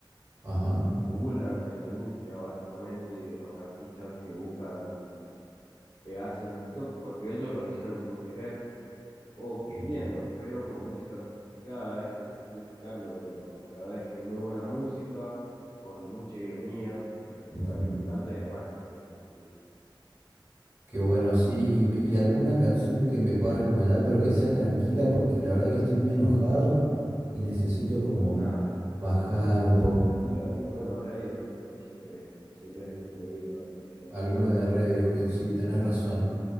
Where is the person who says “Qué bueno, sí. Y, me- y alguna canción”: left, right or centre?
Right